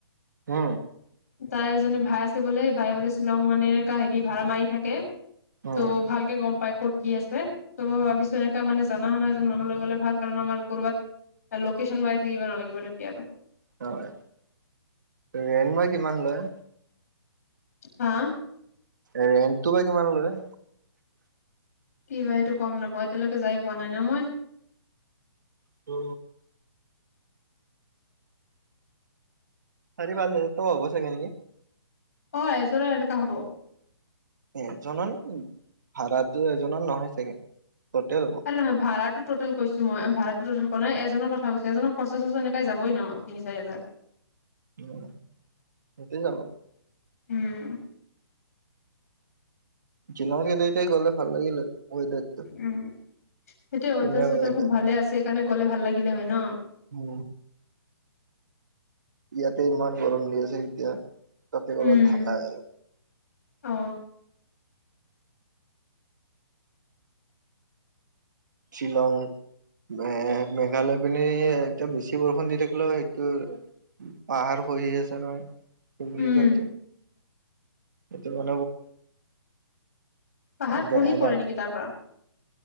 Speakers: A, on the right; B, on the left.
A: অ।
B: তাই এজনে ভাই আছে বোলে ভাই বোলে শ্বিলং মানে কাহিনী ভাৰা মাৰি থাকে
A: উম,
B: ত' ভালকে গম পাই ক'ত কি আছে ত মই ভাবিছো এনেকা মানে জনা শুনা এজন মানুহলৈ গ'লে ভাল কাৰণ আমাৰ কৰ'বাত লোকেশচন মাৰি থাকিব নালাগিব তেতিয়া আৰু
A: হয় ৰেন মই কিমান লয়
B: হা
A: ৰেন্টটো বা কিমান লয়
B: কি বা এইটো গম নাপাও এতিয়ালৈকে যাই পোৱা নাই না মই
A: অ চাৰি পাছ হাজাৰটো হব চাগে
B: অ এজনৰ এনেকা হব
A: এজনৰ ভাড়া এজনৰ নহয় চাগে টেল
B: আ নহ ভাড়াটো টটেল কৈছো মই ভাড়াটো টটেল কৰা নাই এজনৰ কথা কৈছো এজননৰ খৰচ চচা এনেকৈ যাবই ন তিনি চাৰি হাজাৰ
A: উ সেইটোৱৈ যাব
B: উম
A: জিলাৰ কে তাই গ'লে ভাল লাগিল হয় ৱেডাৰটো
B: উম সেইটো
A: ধুনীয়া
B: অাৰ চাৰ
A: ৱেডাৰ
B: খুব ভালে আছে সেইকাৰণে গ'লে ভাল লাগিলে হয় ন
A: উ ইয়াতে ইমান গৰম দি আছে এতিয়া তাতে অলপ
B: উম
A: ঠাণ্ডা হৈ যাব
B: অ
A: শ্বিলং এ মেঘালয় পিনে এয়া বেছি বৰষুণ দি থাকিলেও সেইটো পাহাৰ খহি আছে নহয় সেই বুলি
B: উম।
A: কয় এইটো এইটো কো
B: পাহাৰ
A: প্ৰব্লেম
B: খহি পৰে নেকি তাৰ পৰা